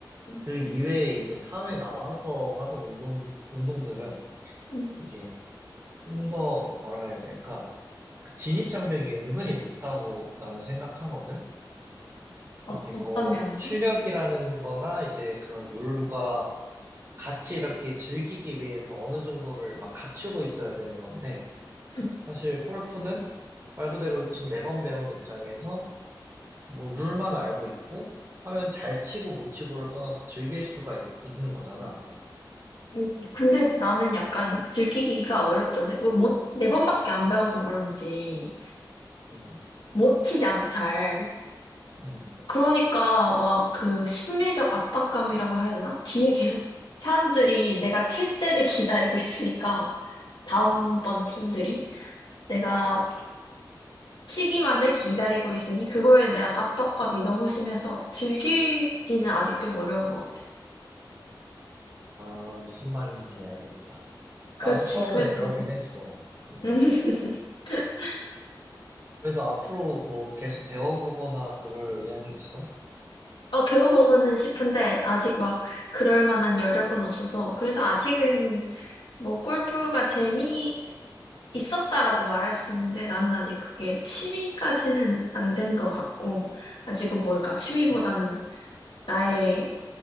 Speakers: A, on the left; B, on the right.
A: 응,
B: 그 이외에 이제 사회 나와서 하던 운동, 운동들은
A: 응.
B: 이게 좀 더 뭐라 해야 될까? 그 진입 장벽이 은근히 높다고 나는 생각하거든.
A: 어,
B: 이게
A: 어떤
B: 뭐
A: 면에서?
B: 실력이라는 거나 이제 그런 룰과 같이 이렇게 즐기기 위해서 어느 정도를 막 갖추고 있어야 되는 건데
A: 응.
B: 사실 골프는 말 그대로 지금 매번 배운 입장에서 뭐 룰만 알고 있고 하면 잘 치고 못 치고를 떠나서 즐길 수가 있- 있는 거잖아.
A: 음, 근데 나는 약간 들키기가 어렵던데. 뭐, 못, 네 번밖에 안 배워서 그런지
B: 음,
A: 못 치잖아, 잘.
B: 음.
A: 그러니까 막 그 심리적 압박감이라고 해야 되나? 뒤에 계속 사람들이 내가 칠 때를 기다리고 있으니까. 다음번 팀들이 내가 시기만을 기다리고 있으니 그거에 대한 압박감이 너무 심해서 즐기기는 아직 좀 어려운 것 같아.
B: 아, 무슨 말인지 알겠다.
A: 그렇지,
B: 나도 처음에
A: 그래서.
B: 그러긴 했어. 음.
A: 음. <laughs>
B: 그래서 앞으로 뭐 계속 배워보거나 그럴 의향이 있어?
A: 어, 배워보고는 싶은데, 아직 막, 그럴 만한 여력은 없어서, 그래서 아직은, 뭐, 골프가 재미 있었다라고 말할 수 있는데, 나는 아직 그게 취미까지는 안 된 것 같고, 아직은 뭘까, 취미보다는
B: 음,
A: 나의